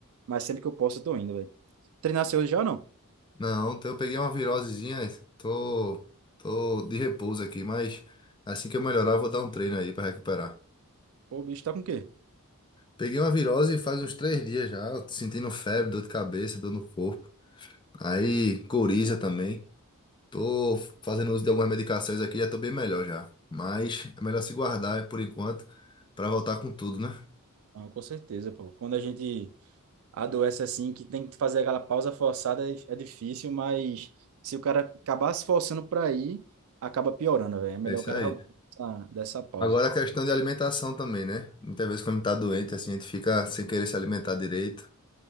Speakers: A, on the right (about 65°); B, on the left (about 20°).
A: Mas sempre que eu posso, eu tô indo, velho. Treinar seu hoje já ou não?
B: Não, então eu peguei uma virosezinha, tô, tô de repouso aqui, mas assim que eu melhorar, eu vou dar um treino aí pra recuperar.
A: Pô, o bicho tá com o quê?
B: Peguei uma virose faz uns três dias já, sentindo febre, dor de cabeça, dor no corpo. Aí, coriza também. Tô fazendo uso de algumas medicações aqui, já tô bem melhor já. Mas é melhor se guardar por enquanto pra voltar com tudo, né?
A: Ah, com certeza, pô. Quando a gente adoece assim, que tem que fazer aquela pausa forçada, é é difícil, mas se o cara acabar se forçando para ir, acaba piorando, velho. É melhor
B: É isso
A: o cara
B: aí.
A: realmente dessa, dessa pausa.
B: Agora a questão de alimentação também, né? Muitas vezes quando tá doente, assim, a gente fica sem querer se alimentar direito.